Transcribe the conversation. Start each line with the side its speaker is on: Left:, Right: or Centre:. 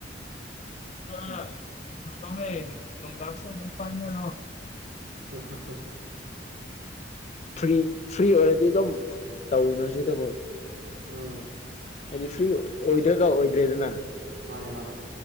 Left: <unintelligible> ꯅꯨꯡꯗꯥꯡ ꯁꯤ ꯑꯃꯇꯡ ꯄꯥꯏꯅꯔꯣ
Right: <unintelligible>
Left: ꯐ꯭ꯔꯤ ꯐ꯭ꯔꯤ ꯑꯣꯏꯔꯗꯤ ꯑꯗꯨꯝ ꯇꯧꯅ ꯁꯤꯗ ꯒꯪ
Right: ꯎꯝ
Left: ꯍꯥꯏꯗꯤ ꯐ꯭ꯔꯤ ꯑꯣꯏꯗ꯭ꯔꯒ ꯑꯣꯏꯗ꯭ꯔꯦꯗꯅ
Right: ꯃꯥꯅꯦ ꯃꯥꯅꯦ